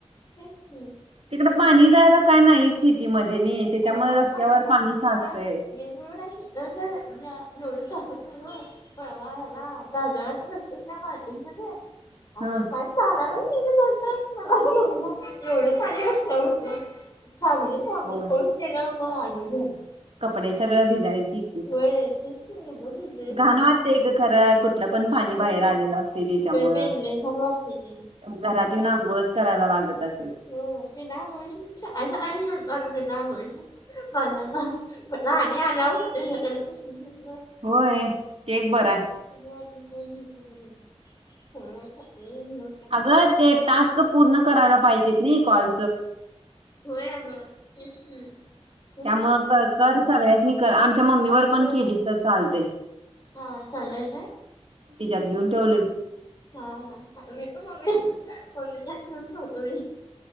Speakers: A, on the left; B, on the right.
A: की
B: तिकड पाणी जायला काय नाही सिटीमध्येय नी त्याच्यामुळ
A: आमच्या
B: रस्त्यावर पाणी साचतंय.
A: <unintelligible> एवढं साचत नाय ओ परवा ह्याला बाजारात <unintelligible> आणि
B: हा
A: काय चालायलाच येईना झालत मला एवढ पाणी रस्त्यावर होत. म थांबलो. थांबलो
B: होय
A: बस स्टॅण्डवर म आलो <unintelligible>
B: कपडे
A: अस
B: सगळं भिजायची
A: झाल <unintelligible> <unintelligible>
B: घाणं वाटतंय क खरंचं कुठल पण पाणी बाहेर
A: होय
B: आलेल असतय त्याच्यामूळ
A: होय बाई लई घाण वाटतंय
B: घरात
A: ते
B: येऊन अंघोळचं करायला लागत असल.
A: हो बिना अंघोळीच सकाळ सकाळी फिरतो आम्ही बीना अंघोळीच मला ना म्हणलं आणि आल्यावर कुठ हे <unintelligible>
B: होय ते एक बरय
A: <unintelligible> म्हणून सगळं संपलेले हे होतय.
B: गं त्यात टास्क पूर्ण करायला पाहिजेत नई कॉल
A: होय अगं तेच नं
B: त्यामुळ कर कर सगळ्यासनी कर आमच्या मम्मीवर पण
A: होय
B: केलीस तर चालतय
A: हा चालू आहे काय?
B: तिच्यात घेऊन ठेवलोय.
A: हा हा आता मी पण मम्मी मम्मीच्या <unintelligible> ठेवतो मी